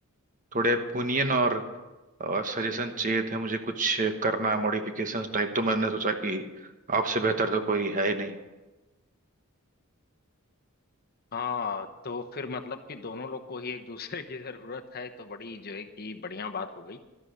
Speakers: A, on the right (about 40°); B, on the left (about 45°).
A: थोड़े ओपिनियन और, और सजेशन चाहिए थे मुझे कुछ करना है मॉडिफिकेशन टाइप तो मैंने सोचा कि आपसे बेहतर तो कोई है ही नहीं
B: हाँ तो फिर मतलब कि दोनों लोग को ही एक दूसरे की जरूरत है तो बड़ी जो है कि बढ़िया बात हो गई